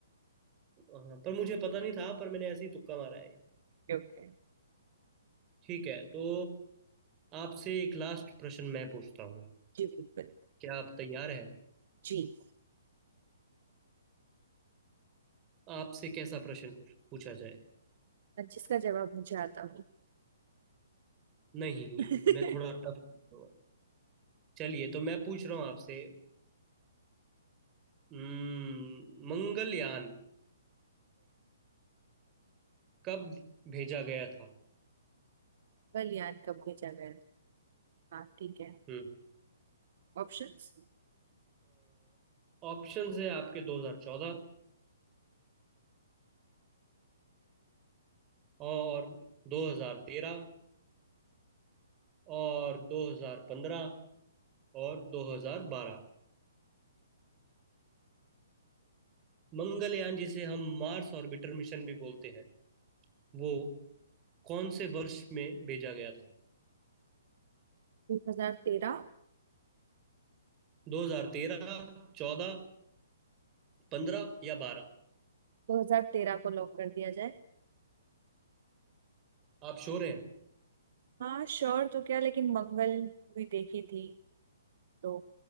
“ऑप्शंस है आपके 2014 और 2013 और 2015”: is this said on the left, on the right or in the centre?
Right